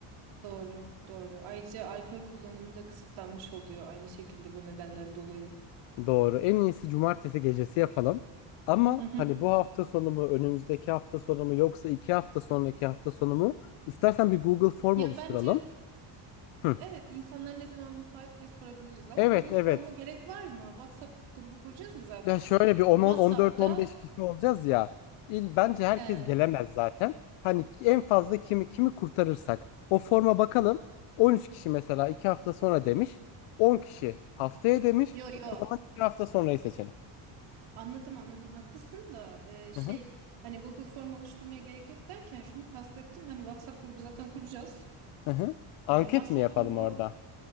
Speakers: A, on the right; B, on the left.
A: Doğru, doğru. Ayrıca alkol kullanımı da kısıtlanmış oluyor aynı şekilde bu nedenden dolayı.
B: Doğru. En iyisi cumartesi gecesi yapalım. Ama
A: Hı hı.
B: hani bu hafta sonu mu, önümüzdeki hafta sonu mu yoksa iki hafta sonraki hafta sonu mu? İstersen bir Google form
A: Ya
B: oluşturalım.
A: bence
B: Hı.
A: evet insanlar ne zaman müsait diye sorabiliriz ama
B: Evet,
A: Google
B: evet.
A: Form'a gerek var mı? WhatsApp grubu kuracağız ya zaten.
B: Ya şöyle bir on
A: WhatsApp'ta
B: on dört on beş kişi olacağız ya. İl bence herkes
A: he.
B: gelemez zaten. Hani ki- en fazla kimi kimi kurtarırsak o forma bakalım. 13 kişi mesela iki hafta sonra demiş. 10 kişi haftaya demiş.
A: Yo yo.
B: O zaman iki hafta sonrayı seçelim.
A: Anladım anladım haklısın da e, şey
B: Hı hı,
A: hani Google Form oluşturmaya gerek yok derken şunu kastettim hani WhatsApp grubu zaten kuracağız.
B: hı hı. Anket
A: Ee, WhatsApp
B: mi yapalım
A: grubu
B: orada?